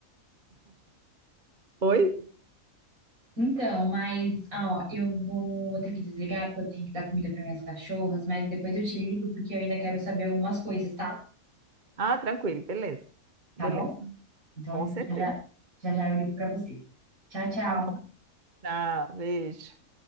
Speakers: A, on the right; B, on the right.
A: Oi?
B: Então, mas, ó, eu vou ter que desligar porque eu tenho que dar comida para minhas cachorras, mas depois eu te ligo porque eu ainda quero saber algumas coisas, tá?
A: Ah, tranquilo, beleza.
B: Tá
A: Beleza.
B: bom? Então,
A: Com certeza.
B: já já, já, já eu ligo para você. Tchau, tchau.
A: Tá bom. Tchau, beijo.